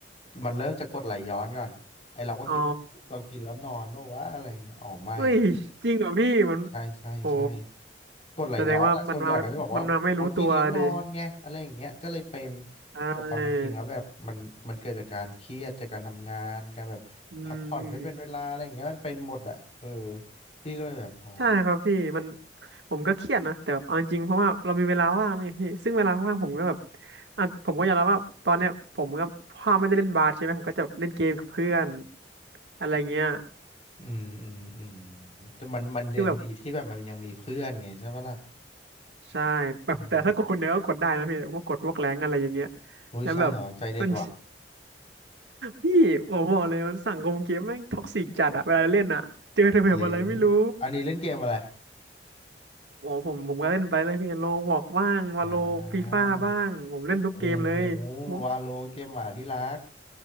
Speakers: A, on the left; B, on the right.
A: มันเริ่มจะกดไหลย้อนก่อนไอเราก็คิดว่าเรากินแล้วนอนเพราะว่าอะไรเงี้ยอ๋อไม่
B: อ๋อเอ้ยจริงเหรอพี่มัน
A: ใช่ใช่ใช่
B: โอ้
A: กรดไหลย้อนอ่ะส่วนใหญ่เขาจะบอกว่าพอกินแล้วนอนไงอะไรอย่างเงี้ยก็เลยเป็น
B: แสดงว่ามันมามันมาไม่รู้ตัวดิใช่
A: แต่ความเป็นจริงแล้วแบบมันมันเกิดจากการเครียดจากการทำงานการแบบพักผ่อนไม่เป็นเวลาอะไรอย่างเงี้ยมันเป็นหมดอ่ะเออ
B: อืม
A: พี่ก็เลยแบบอ๋อ
B: ใช่ครับพี่มันผมก็เครียดนะแต่แบบเอาจริงๆเพราะว่าเรามีเวลาว่างไงพี่ซึ่งเวลาว่างผมก็แบบอ่ะผมก็ยอมรับว่าตอนเนี้ยผมก็พ่อไม่ได้เล่นบาสใช่ไหมผมก็จะเล่นเกมกับเพื่อนอะไรเงี้ย
A: อืมอืมอืมแต่มันมันเด่นดีที่แบบมันยังมีเพื่อนไงใช่ปะล่ะ
B: คือแบบใช่แบบแต่ถ้ากดคนเดียวก็กดได้นะพี่พวกกดพวกแรงอะไรอย่างเงี้ย
A: อืมโอ้ยใช่เหรอใจเด็ดว่ะ
B: แล้วแบบมัน <laughs> พี่ผมบอกเลยมันสังคมเกมแม่งท็อกซิกจัดอะเวลาเล่นอะเจอแต่แบบอะไรไม่รู้
A: เจ๋งอันนี้เล่นเกมอะไร
B: อ๋อผมผมก็เล่นไปเลยพี่โลบอกบ้างวาโลฟีฟ่าบ้างผมเล่นทุกเกมเลยผม
A: อ่าโอ้โหวาโลเกมหมาที่รัก